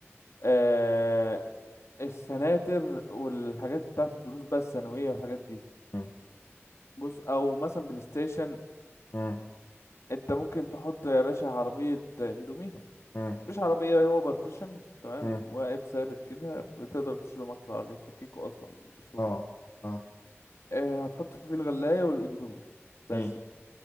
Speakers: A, on the left; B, on the left.
A: آه السناتر والحاجات بتاعت الدروس بقى الثانوية والحاجات دي
B: مم.
A: بص او مثلا بلاي ستيشن
B: مم.
A: انت ممكن تحط يا باشا عربية اندومي
B: مم.
A: مش عربية هو بارتيشن تمام
B: مم.
A: واقف ثابت كده بتقدر تشيله معاك في العربية تفككه اصلا بسهولة
B: اه اه
A: آه، هتحط فيه الغلاية والاندومي بس
B: مم.